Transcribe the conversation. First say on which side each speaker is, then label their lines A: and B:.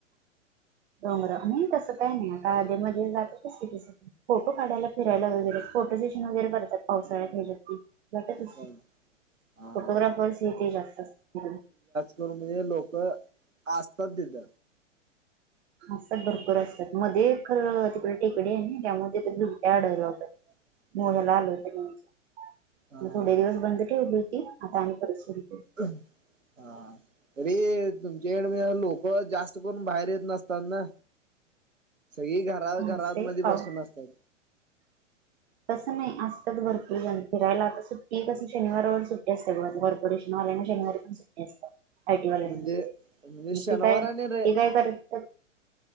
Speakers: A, on the right; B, on the right.
A: डोंगर, नाही तसं काही नाही, आता अधि मध्यी जातातच की तस. फोटो काढायला, फिरायला वगैरे, फोटो सेशन वगैरे करतात पावसाळ्यात गेलकी. वाटत असते,
B: हा हा
A: फोटोग्राफर्स हे ते जास्त असतात तिकडे.
B: हो म्हय लोक असतात तिथ.
A: असतात, भरपूर असतात, मध्ये खरं तिकडे टेकडी आहे ना, त्यामुळे बिबट्या आढळला होता.
B: <inaudible>
A: मोबाईलला आल होता न्यूज,
B: हा हा
A: थोडे दिवस बंद ठेवली होती. आता आणि परत सुर केल.
B: ह -हा. आ तरी तुमच्याकडे म्हणजे लोक जास्त करून बाहेर येत नसतात ना? सगळी घरा घरात
A: नमस्ते
B: मध्ये बसून
A: पाव
B: असतात.
A: तसं नाही, असतात भरपूर जण फिरायला. आता सुट्टी कसं, शनिवार रविवार सुट्टी असते बघ भरपूर कृष्ण आलाय <unintelligible> ना शनिवारी पण सुट्टी असते. आय टी वाल्याना
B: म्हणजे
A: वगैरे,
B: म्हणजे शनिवार
A: ते काय,
B: आणि रे
A: ते काय करतत